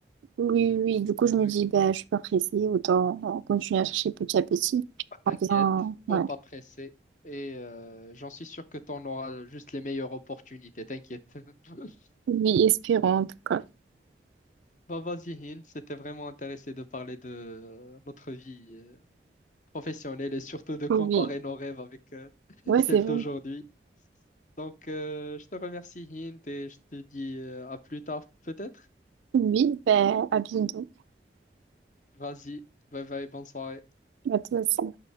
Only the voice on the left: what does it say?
Ouais.
Pas
t'inquiète,
sois pas pressé et euh, j'en suis sûr que tu en auras juste les meilleures opportunités, t'inquiète. <laughs>
Bah vas-y Hind, c'était vraiment intéressé de parler de euh, notre vie euh, professionnelle et surtout de comparer
nos rêves avec euh, <laughs>
celles
d'aujourd'hui. Donc euh, je te remercie Hind et je te dis euh, à plus tard peut-être.
Vas-y, bye bye, bonne soirée.